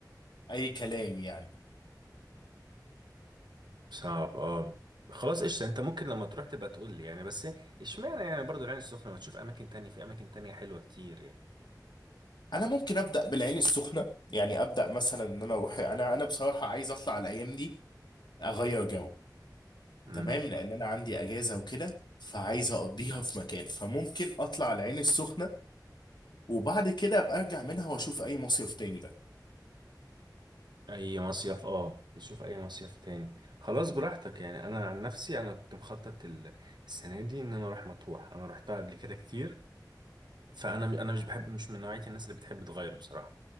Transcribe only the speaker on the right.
صعب اه خلاص قشطة انت ممكن لما تروح تبقى تقول لي يعني بس اشمعنى يعني برضو العين السخنة ما تشوف اماكن تانية في اماكن تانية حلوة كتير يعني
امم
اي مصيف اه تشوف اي مصيف تاني خلاص براحتك يعني انا عن نفسي انا كنت مخطط ال- السنة دي ان انا اروح مطروح انا روحتها قبل كده كتير فانا انا مش بحب مش من نوعيه الناس اللي بتحب تغير بصراحه